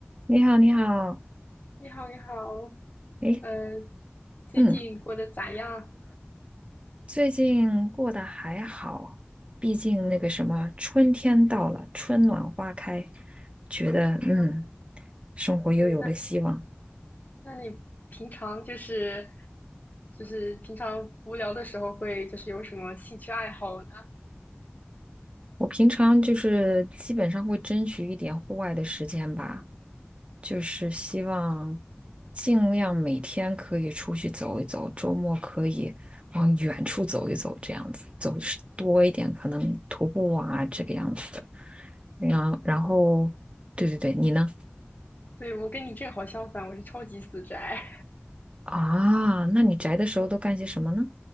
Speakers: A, on the right (about 30°); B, on the left (about 45°).
A: 你好，你好，
B: 你好，你好，
A: 诶，
B: 呃，最近过得咋样？
A: 嗯，最近过得还好，毕竟那个什么，
B: 啊
A: 春天到了，春暖花开，觉得嗯，
B: 啊，
A: 生活又有了希望。
B: 对，那那你平常就是就是平常无聊的时候会就是有什么兴趣爱好呢？
A: 我平常就是基本上会争取一点户外的时间吧，就是希望尽量每天可以出去走一走，周末可以往远处走一走，这样子走多一点，可能徒步啊，这个样子的。然然后，
B: 啊，
A: 对对对，你呢？
B: 对，我跟你正好相反，我是超级死宅，
A: 啊，那你宅的时候都干些什么呢？